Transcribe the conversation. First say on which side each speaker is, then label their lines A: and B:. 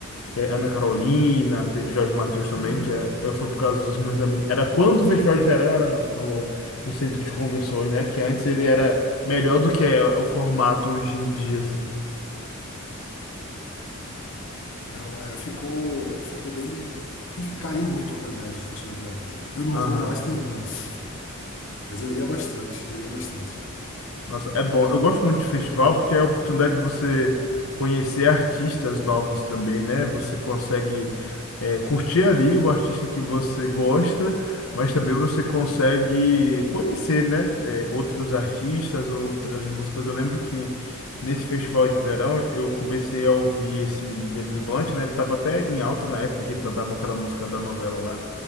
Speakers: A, on the left; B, on the left.
A: é, Ana Carolina, teve Jorge Mateus também,
B: Hum,
A: que é, eu fui por causa dos
B: uhum.
A: meus amigos. Era quando o Festival de Verão era no, no, no centro de convenções, né? Que antes ele era melhor do que é o formato hoje em dia, assim.
B: Não, é, ficou, ficou bem. Enfim, caiu muito a qualidade do festival de verão. Eu não
A: Aham.
B: vou mais tem anos, mas eu ia bastante, eu ia bastante.
A: Nossa, é bom. Eu gosto muito de festival porque é a oportunidade de você conhecer artistas novos também, né? Você consegue é, curtir ali o artista que você gosta, mas também você consegue conhecer, né? é, outros artistas, outras músicas. Eu lembro que nesse festival de verão eu comecei a ouvir esse James Blunt, né? Ele estava até em alta na época que ele cantava aquela música da novela lá.